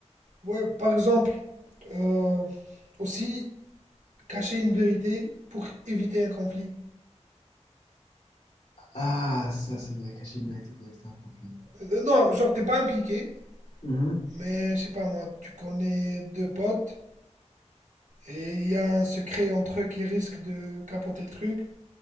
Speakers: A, on the right (about 85°); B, on the left (about 80°).
A: Ouais, par exemple, euh, aussi cacher une vérité pour éviter un conflit.
B: Ah, ça c'est vrai, cacher une vérité pour éviter un conflit.
A: Euh, non, genre, t'es pas impliqué,
B: Mhm.
A: mais je sais pas moi, tu connais deux potes et il y a un secret entre eux qui risque de capoter le truc.